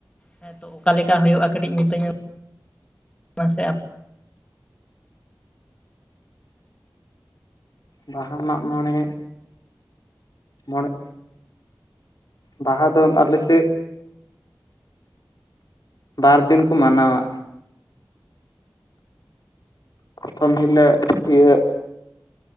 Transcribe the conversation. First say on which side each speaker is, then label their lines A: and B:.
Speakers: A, on the left; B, on the left.
A: ᱦᱮᱸ ᱛᱚ ᱚᱠᱟ ᱞᱮᱠᱟ ᱦᱩᱭᱩᱜᱼᱟ ᱠᱟᱹᱴᱤᱡ ᱢᱤᱛᱟᱹᱧᱟᱹ ᱢᱟᱥᱮ
B: ᱵᱟᱦᱟ ᱢᱟᱜ ᱢᱚᱬᱮ ᱢᱚᱬᱮ ᱵᱟᱦᱟ ᱫᱚ ᱟᱞᱮ ᱥᱮᱫ ᱵᱟᱨ ᱫᱤᱱ ᱠᱚ ᱢᱟᱱᱟᱣᱟ ᱯᱨᱚᱛᱷᱚᱢ ᱡᱤᱞᱮ ᱤᱭᱟᱹ